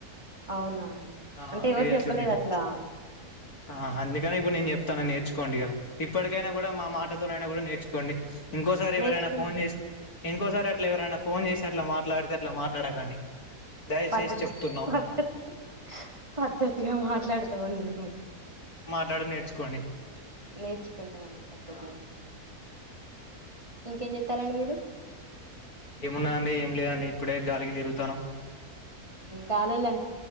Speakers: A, on the right; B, on the left.
A: అవునా
B: ఆ
A: అంటే
B: అన్ని
A: ఎవరు
B: తెలుసుండేటి
A: చెప్పలేదు అట్లా
B: ఆ అందుకనే నేను చెప్తాను నేర్చుకోండి ఇగా ఇప్పటికైనా కూడా మా మాటతోనైనా కూడా నేర్చుకోండి ఇంకోసారి
A: నేర్చుకుంటామండి
B: ఎవరైనా ఫోన్ చేసి ఇంకోసారి అట్లా ఎవరైనా ఫోన్ చేసి అట్లా మాట్లాడితే అట్లా మాట్లాడకండి దయచేసి
A: పద్ధతి
B: చెప్తున్నాం
A: పద్ధతి పద్ధతిగా మాట్లాడుతాం ఉండి మేము
B: ఎల్లా <unintelligible> డ నేర్చుకోండి
A: నేర్చుకుంటాం అండి పద్ధతిగా
B: ఆ
A: ఇంకేం చెప్పాలండి మీరు
B: ఏమున్నాయండి ఏం లేదండి ఇప్పుడే గాలికి తిరుగుతాన్నం
A: గాలోల్లం